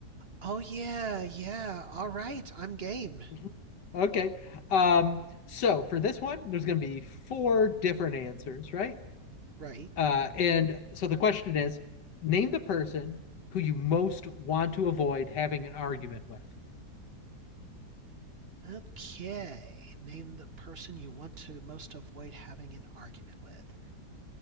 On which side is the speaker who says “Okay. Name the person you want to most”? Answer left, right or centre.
Right